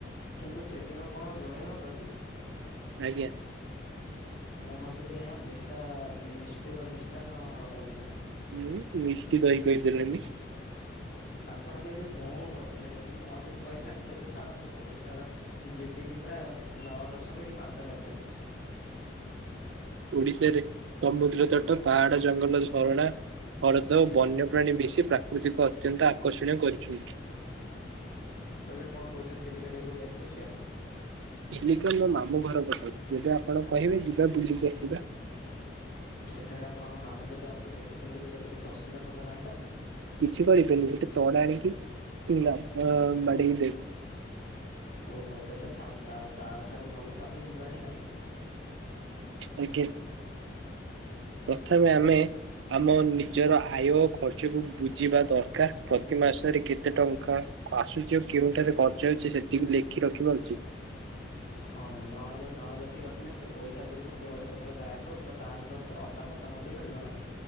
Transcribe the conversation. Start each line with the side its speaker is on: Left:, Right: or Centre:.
Left: କିନ୍ତୁ ଚିଲିକା କଣ ଲୁଣି ହ୍ରଦ କି?
Right: ଆଜ୍ଞା।
Left: ମୁଁ ଭାବୁଥିଲି ଏହା ମିଷ୍ଟା ମିଷ୍ଟୁର ମିଷ୍ଟାନ୍ ହ୍ରଦ ବୋଲି
Right: ହଁ ମିଷ୍ଟ୍ ଦହି କହିଦେଲନି।
Left: ଆପଣ ବି ଏବେ ହଁ କହିଦେଲେ ଯଦି ମୁଁ ଆଉ କିଛି କହିଥାନ୍ତି ତେବେ ଛାଡ଼ନ୍ତୁ ଓଡିଶାର ଜିଡିପି ପ୍ରାୟ ନଅ ଦଶମିକ ପାଞ୍ଚ ଲକ୍ଷ।
Right: ଓଡିଶାରେ ସମୁଦ୍ର ତଟ ପାହାଡ ଜଙ୍ଗଲ ଝରଣା ହ୍ରଦ ଓ ବନ୍ୟପ୍ରାଣୀ ମିଶୀ ପ୍ରାକୃତିକ ଅତ୍ୟନ୍ତ ଆକର୍ଷଣୀୟ କରିଛନ୍ତି।
Left: ତେବେ କଣ କହୁଛନ୍ତି ଚିଲିକା ଟିକେ ବୁଲି ଆସି ଆସିଛ
Right: ଚିଲିକା ମୋ ମାମୁଁ ଘର ପାଖେ ଯେବେ ଆପଣ କହିବେ ଯିବା ବୁଲିକି ଆସିବା।
Left: ସେଠାରେ ଆପଣଙ୍କ ମାମୁ ଯଦି ଆମକୁ ଦେଖିଥାନ୍ତି କି ତେବେ କିଛି ଅସୁବିଧା ହେବ ନାହିଁ ତ?
Right: କିଛି କହିବେନି ଗୋଟେ ତୋଡ଼ ଆଣୀକି ମ ମଡ଼େଇ ଦେ
Left: ଓହୋ ତେବେ ଥାଉ ତା ତା ଠାରୁ ଭଲ ତ ଆମେ ଯିବା ହିଁ ନାହିଁ।
Right: ଆଜ୍ଞା ପ୍ରଥମେ ଆମେ ଆମ ନିଜର ଆୟ ଖର୍ଚ୍ଚକୁ ବୁଝିବା ଦରକାର ପ୍ରତି ମାସରେ କେତେ ଟଙ୍କା ଆସୁଛି ଆ କେଉଁଠାରେ ଖର୍ଚ୍ଚ ହେଉଛି ସେତିକି ଲେଖି ରଖିବା ଉଚିତ୍।
Left: ହଁ ନହେଲେ ନ ଲେଖି ରଖିଲେ ସେ ପଇସା ଗୁଡିକ କେଉ ଆଡ଼େ କେତେବେଳେ ଗାୟବ ହେଇଯିବ ତାର ଅତା ପତା ମଧ୍ୟ ମିଳିବ ନାହିଁ।